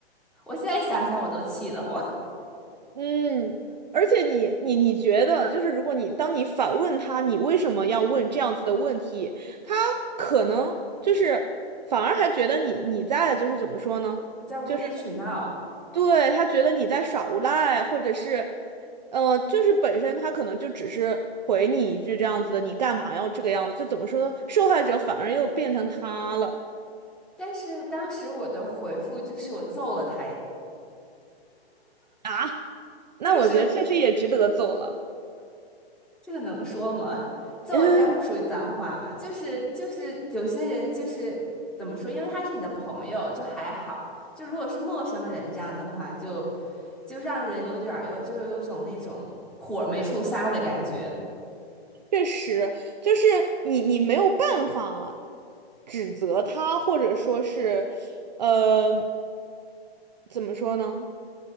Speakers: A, in the centre; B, on the right.
A: 我现在想想我都气得慌，
B: 嗯，而且你你你觉得就是如果你当你反问他，你为什么要问这样子的问题，他可能就是反而还觉得你你在就是怎么说呢？
A: <laughs> 你在无理取闹。
B: 就是。对，他觉得你在耍无赖，或者是，呃，就是本身他可能就只是回你一句这样子的，你干嘛要这个样子？就怎么说呢？受害者反而又变成他了。
A: 但是当时我的回复就是我揍了他，
B: 啊，那我觉得确实也值得走了。
A: 就是。这个能说吗？揍应该不属于脏话吧？
B: <laughs> 嗯，
A: 就是就是有些人就是怎么说，因为他是你的朋友，就还好；就如果是陌生人这样的话，就就让人有点儿有就有种那种火没处撒的感觉。
B: 确实，就是你你没有办法指责他，或者说是，呃，怎么说呢？